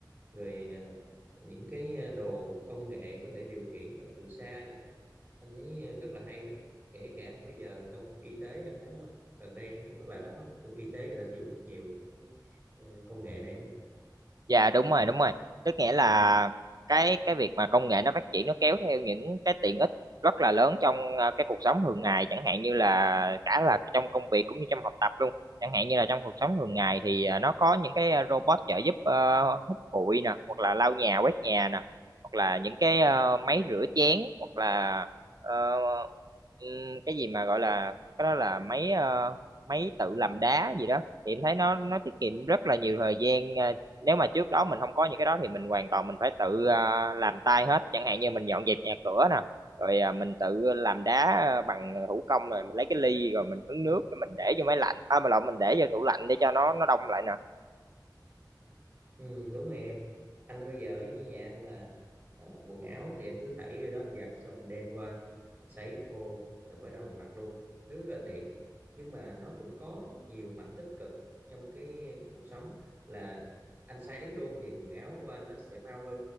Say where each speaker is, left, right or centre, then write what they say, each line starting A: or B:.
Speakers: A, on the right; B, on the right.
A: rồi ờ, những cái ờ, đồ công nghệ có thể điều khiển từ, từ xa nè anh thấy ờ, rất là hay đó kể cả bây giờ trong y tế em thấy không gần đây em thấy có bài báo không trong y tế người ta sử dụng rất nhiều trong cái ờ, công nghệ này đấy
B: Dạ đúng rồi đúng rồi tức nghĩa là cái cái việc mà công nghệ nó phát triển nó kéo theo những cái tiện ích rất là lớn trong ờ, cái cuộc sống thường ngày chẳng hạn như là cả là trong công việc cũng như trong học tập luôn chẳng hạn như là trong cuộc sống thường ngày thì ờ, nó có những cái ờ, robot trợ giúp ờ, hút bụi nè hoặc là lau nhà quét nhà nè hoặc là những cái ờ, máy rửa chén hoặc là ờ, ừm, cái gì mà gọi là cái đó là máy ờ, máy tự làm đá gì đó thì em thấy nó nó tiết kiệm rất là nhiều thời gian ờ, nếu mà trước đó mình không có những cái đó thì mình hoàn toàn mình phải tự à, làm tay hết chẳng hạn như mình dọn dẹp nhà cửa nè rồi à, mình tự làm đá à, bằng thủ công rồi mình lấy cái ly rồi mình hứng nước
A: Ừ.
B: cái mình để vô máy lạnh à mà lộn mình để vô tủ lạnh để cho nó nó đông lại nè
A: Ừ, đúng rồi em anh bây giờ giống như nhà anh là ờ, quần áo thì anh cứ thảy vô đó giặt xong mình đem qua mình sấy khô rồi bắt đầu mình mặc luôn rất là tiện nhưng mà nó cũng có nhiều mặt tích cực trong cái cuộc sống là anh sấy luôn thì quần áo của anh nó sẽ mau hư